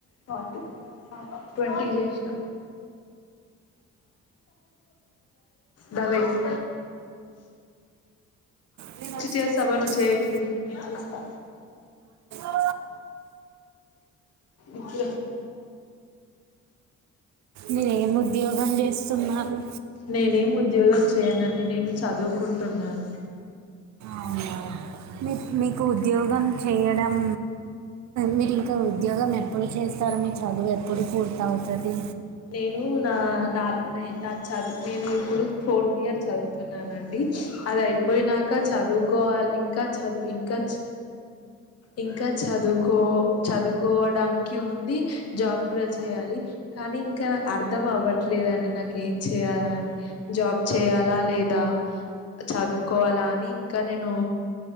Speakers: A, on the left; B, on the right.
A: ఫార్టీ ట్వంటీ చేసిన దా వెయిట్
B: నేను వచ్చి
A: చేస్తా
B: చేస్తాను
A: అవ్వ నువ్వు చేయకులే నేను చేస్తా
B: <unintelligible>
A: ఇప్పు
B: మీరు ఏం ఉద్యోగం చేస్తున్నారు
A: నేను ఉద్యోగం చేయనడి నేను చదువుకుంటున్నాను
B: అవును మీ మీకు ఉద్యోగం చేయడం మీరు ఇంకా ఉద్యోగం ఎప్పుడు చేస్తారు మీ చదువు ఎప్పుడు పూర్తి అవుతుంది
A: నేను నా నా నా చదువు నేను ఇప్పుడు ఫోర్త్ ఇయర్ చదువుతున్నానండి అద అయిపోయినాక చదువుకోవాలి ఇంకా చదువు ఇంకా ఇంకా చదువుకో చదువుకోవడానికి ఉంది జాబ్ కూడా చేయాలి కానీ ఇంకా నాకు అర్ధం అవ్వట్లేదండి నాకు ఏం చెయాలా అని జాబ్ చేయాలా లేదా చదువుకోవాలా అని ఇంకా నేను